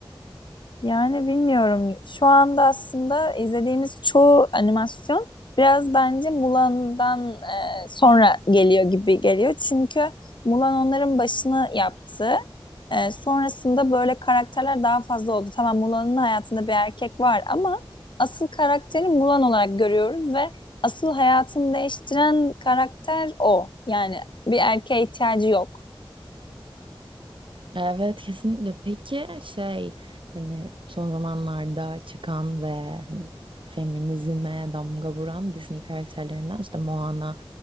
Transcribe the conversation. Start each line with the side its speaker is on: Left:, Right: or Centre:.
Left: Yani bilmiyorum. Şu anda aslında izlediğimiz çoğu animasyon biraz bence Mulan'dan e, sonra geliyor gibi geliyor. Çünkü Mulan onların başını yaptı. E, sonrasında böyle karakterler daha fazla oldu. Tamam Mulan'ın hayatında bir erkek var ama asıl karakteri Mulan olarak görüyoruz ve asıl hayatını değiştiren karakter o. Yani bir erkeğe ihtiyacı yok.
Right: Evet kesinlikle. Peki şey hani son zamanlarda çıkan ve hani feminizme damga vuran Disney karakterlerinden işte Moana,